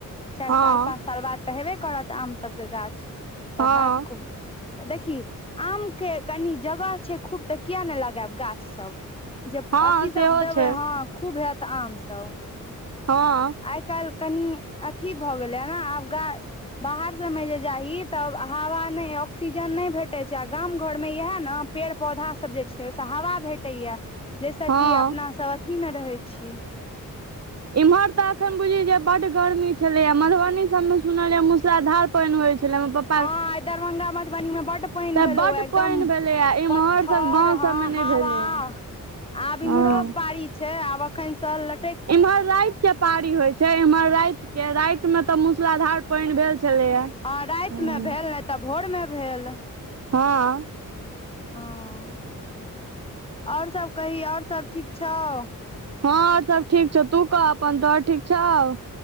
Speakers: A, on the left; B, on the right.
A: चैर
B: हँ
A: साल पाँच साल बाद तऽ हेबे करत आम सब के गाछ तऽ
B: हँ
A: हेएत खूब। देखी आमके कनि जगह छै खूब तऽ किया ने लगेएब गाछ सब। जे
B: हँ
A: अथी
B: सेहो
A: सब देबै
B: छै
A: हँ खूब हेएत आम सब।
B: हँ।
A: आय -कैल्ह कनी अथी भऽ गेलेै ने आब गा बाहर सब मे जे जाही। तब हावा नै ऑक्सीजन नै भेटे छै आ गाम घर में इएहे ने पेड़ पौधा सब जे छै। ओई सँ हावा भेटैया, जैय सॅ
B: हँ
A: कि अपना सब अथी मे रहै छी
B: इम्हर तऽ अखन बुझी जे बड गर्मी छलेै, आ मधुबनी सब में सुनलेए मुसराधार पैन होय छलै, हमर पप्प
A: हँ। आय दरभंगा मधुबनी में बड पैन
B: तऽ
A: भेलौ
B: बड
A: वैऽ, एकदम
B: पानि भेलैये इम्हर
A: पत्थर
B: सब गाँंव
A: हँ
B: सबमे
A: हावा,
B: नहि भेलैये
A: आब इम्हरो
B: हँ
A: पाड़ी छै, आब अखन से ल
B: इम्हर राईत के पारी होइ छै, एम्हर राईत कियाऽ? राति में तऽ मूसलाधार पैन भेल छलैया
A: आ राईत
B: हँ
A: में भेल नहि तऽ भोर मे भेल
B: हँ
A: हँ, और सब कही और सब ठीक छौ?
B: हँं ओर सब ठीक छौ, तू कह अपन तोहर ठीक छौऊ?